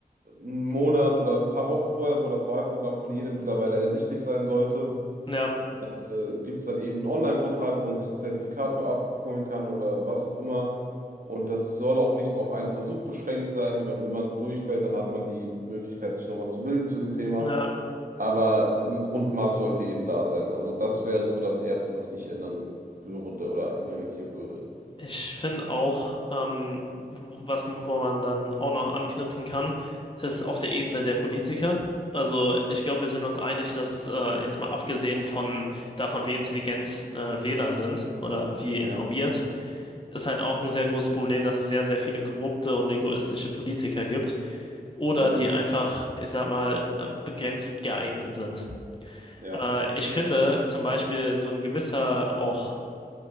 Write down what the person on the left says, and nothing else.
Ja,
ja.
Ich finde auch, ähm, wo- was, m- wo man dann auch noch anknüpfen kann, ist auf der Ebene der Politiker. Also ich glaube, wir sind uns einig, dass äh, jetzt mal abgesehen von davon, wie intelligent äh, Wähler sind oder wie informiert,
ist halt auch ein sehr großes Problem, dass es sehr, sehr viele korrupte und egoistische Politiker gibt oder
die einfach, ich sag mal, äh, begrenzt geeignet sind.
Äh, ich finde zum Beispiel so ein gewisser auch